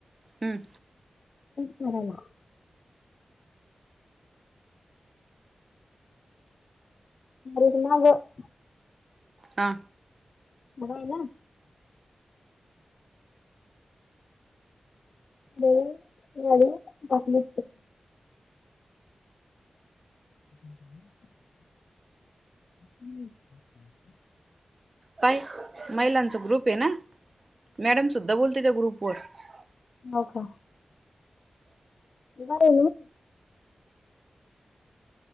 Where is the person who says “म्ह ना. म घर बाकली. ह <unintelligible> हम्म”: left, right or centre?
Left